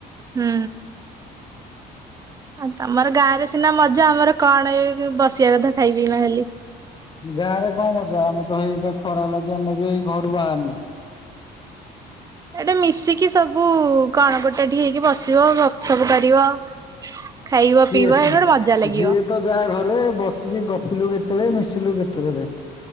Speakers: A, on the right; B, on the left.
A: ହୁଁ। ଆ ତମର ଗାଁ ରେ ସିନା ମଜା ଆମର କଣ ଏ ବସିବା କଥା ଖାଇପିକିନା ଖାଲି।
B: ଗାଁରେ କଣ ମଜା ଆମେ ତ ହେଇ ଖରା ଲାଗି ଆମେ ବିଇ ଘରୁ ବାହାରୁନୁ।
A: ଏଇଟା ମିଶିକି ସବୁ କଣ ଗୋଟାଠି ହେଇକି ବସିବ ଗପ୍ ସପ୍ କରିବ। ଖାଇବ
B: କିଏ
A: ପିଇବ
B: ସି
A: ଏଇ ଗୋଟେ ମଜା ଲାଗିବ।
B: ଯିଏ ତ ଯାହା ଘରେ ବସିକି ଗପିଲୁ କେତେବେଳେ ମିଶିଲୁ କେତେବେଳେ?